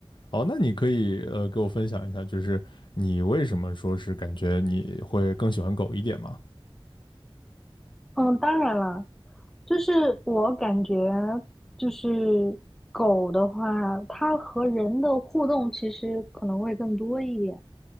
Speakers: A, on the left (about 60°); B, in the centre.
A: 哦，那你可以呃给我分享一下，就是你为什么说是感觉你会更喜欢狗一点吗？
B: 嗯，当然了，就是我感觉，就是狗的话，它和人的互动其实可能会更多一点。